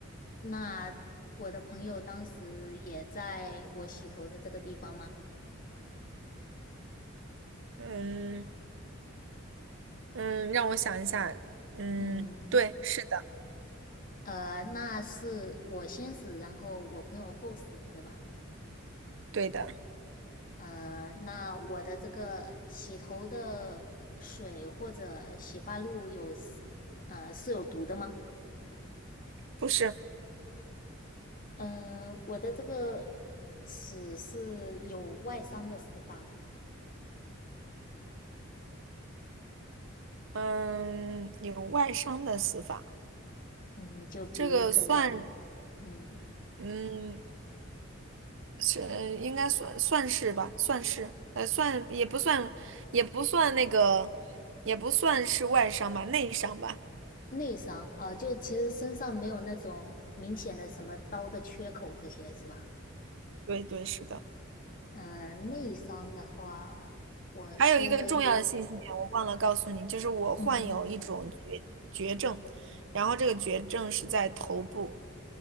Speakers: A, on the left; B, on the right.
A: 那我的朋友当时也在我洗头的这个地方吗？
B: 嗯嗯，让我想一下。嗯，
A: 嗯，
B: 对，是的，
A: 呃，那是我先死，然后我朋友后死，对吧？
B: 对的，
A: 呃，那我的这个洗头的水或者洗发露有，呃，是有毒的吗？
B: 不是。
A: 嗯、我的这个死是有外伤的死法吗？
B: 嗯，有外伤的死法，
A: 嗯，就比如可能，
B: 这个算，
A: 嗯。
B: 嗯，是应该算算是吧，算是，呃，算也不算，也不算那个，也不算是外伤吧，内伤吧。
A: 内伤啊，就其实身上没有那种明显的什么刀的缺口这些是吧？
B: 对对，是的。
A: 嗯，内伤的话，我是
B: 还有一个重要的信息点，我忘了告诉你，就是我患有一种绝绝症，
A: 嗯，
B: 然后这个绝症是在头部。